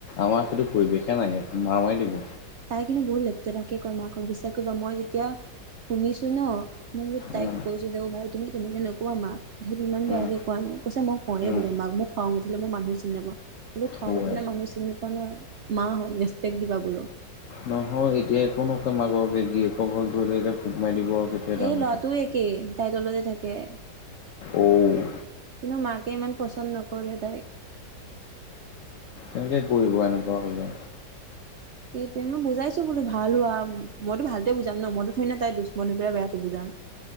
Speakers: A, on the left; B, on the right.
A: আমাৰ সেইটো পৰিৱেশে নাই, মাৰা মাৰি লাগিব।
B: তাই কিন্তু বহুত লছতেৰাকে কয় মাকক বিশ্বাস কৰিবা। মই যেতিয়া শুনিছো ন' মোৰ বোলো তাইক
A: উম,
B: কৈছো দে ভাই তুমি তেনেকৈ নকবা মাক। সেইটো ইমান
A: উম,
B: বেয়াকে কোৱা নাই কৈছে মোক কও
A: উম,
B: বোলে মাক, মোক খং উঠিলে মই মানুহ চিনি নাপাওঁ। বোলো খং
A: কোবাই।
B: উঠিলে মানুহ চিনি নোপোৱা নহয়। মা হয় ৰেচপেক্ট দিবা বোলো।
A: নহয় এতিয়া একো নকয় মাকে। গীয়েকৰ ঘৰত গৈ লৈ আহিলে পোক মাৰি দিব। সেইটোৱে ডাঙৰ
B: এই
A: কথা।
B: ল'ৰাটোৱ একেই তাইৰ তলতে থাকে।
A: অ'।
B: কিন্তু মাকে ইমান পচন্দ নকৰে তাইক।
A: কেনেকৈ কৰিব এনেকুৱা হ'লে
B: সেইটোয়ে মই বুজাইছো বোলো ভাল হোৱা মইতো ভালটোৱে বুজাম ন মইতো হয় ন' তাই দুশ্মনীৰ পৰা বেয়াতটো বুজাম